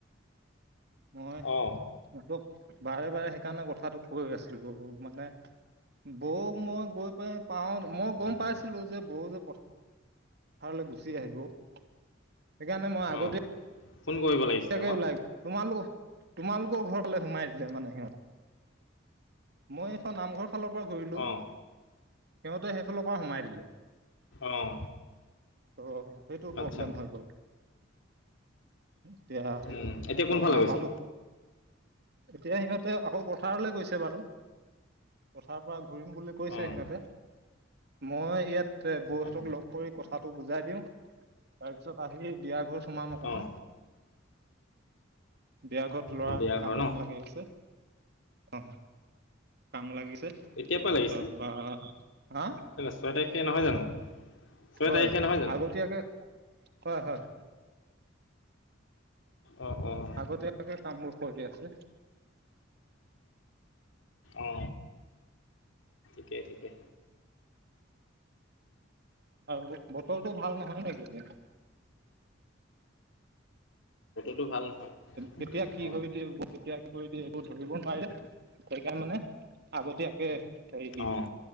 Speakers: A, on the right; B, on the left.
A: মই সিহঁতক
B: অঁ
A: বাৰে বাৰে সেইকাৰণে কথাটো কৈ আছিলো মানে, বৌক মই গৈ পাই পাও মই গম পাইছিলো যে বৌ যে প পথাৰলৈ গুচি আহিব সেইকাৰণে মই আগতে
B: অঁ ফোন কৰিব লাগিছিলে
A: তাকে
B: আকৌ
A: ওলাই তোমালোকৰ তোমালোকৰ ঘৰলে সোমাই দিলে মানে সিহঁত মই এখন নামঘৰ ফালৰ পৰা ঘূৰিলো।
B: অঁ
A: সিহঁতে সেইফালৰ পৰা সোমাই দিলে
B: অঁ
A: অ সেইটো প্ৰব্লেম
B: আচ্ছা
A: হৈ গ'ল এতিয়া।
B: উম, এতিয়া কোনফালে
A: লগ নাপালো
B: গৈছে
A: এতিয়া সিহঁতে আকৌ পথাৰলৈ গৈছে বাৰু পথাৰ পৰা ঘূৰিম বুলি কৈছে
B: অঁ
A: সিহঁতে মই ইয়াত বৌহঁতক
B: অঁ
A: লগ কৰি কথাটো বুজাই দিওঁ তাৰপিছত আহি বিয়া ঘৰত সোমাম অকমান
B: অঁ
A: বিয়া ঘৰত লৰা
B: অঁ বিয়া
A: কামত
B: ঘৰ ন
A: লাগি আছে অ কাম লাগি
B: এতিয়াৰ পৰা লাগিছে
A: তাৰপ হা।
B: কেলৈ ছয় তাৰিখে নহয় জানো ছয়
A: হয়
B: তাৰিখে নহয় জানো
A: আগতীয়াকে হয় হয়।
B: অঁ অঁ
A: আগতেকে কামবোৰ কৰি আছে।
B: অ। ঠিকে ঠিকে।
A: আৰু বতৰটো ভাল নহয় নেকী?
B: টো ভাল নহয়।
A: কেতিয়া কি
B: অঁ
A: হৈ দিয়ে, কেতিয়া কি কৰি দিয়ে এইবোৰ ধৰিব নোৱাৰিলে সেইকাৰণে মানে আগতীয়াকে সেই
B: অঁ